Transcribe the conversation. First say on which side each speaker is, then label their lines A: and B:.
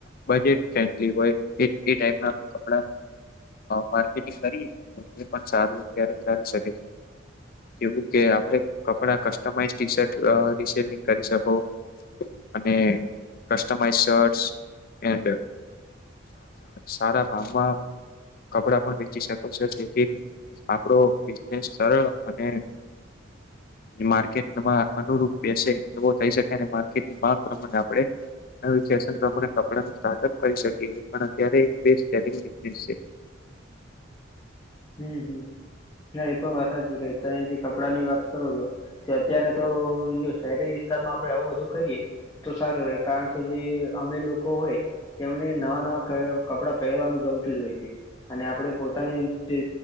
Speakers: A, on the left (about 50°); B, on the left (about 20°).
A: બજેટ ફ્રેન્ડલી હોય એ એ ટાઈપ ના કપડા માર્કેટિંગ કરી એ પણ સારું અત્યારે ચાલી શકે છે એવું કે આપડે કપડા કસ્ટમાઈઝ ટી શર્ટ રિસેલિંગ કરી શકો અને કસ્ટમાઝ શર્ટ એડ સારા ભાવમાં કપડાં પણ વેચી શકો છ તેથી આપડો બિઝનેસ સરળ અને માર્કેટ તમારા અનુરૂપ બેસે એવો થઈ શકે અને માર્કેટ ની માંગ પ્રમાણે આપણે આ ફેશન પ્રમાણે કપડા ન સ્ટાર્ટઅપ કરી શકીએ પણ અત્યારે એક બેે સ્ટેટિંગ <unintelligible>
B: હમ્મ હમ્મ ના એ પણ વાત જુદા તો અહીં થી કપડાં ની વાત કરો છો. તો અત્યારે તો જો શહેરી વિસ્તારમાં આપડે આવું બધું કરીએ. તો સારું રહે કારણ કે જે અમે લોકો હોય. તેમને નવા નવા ક કપડાં પહેરવાનું ગમતું જ હોય છે અને આપણે પોતાની તે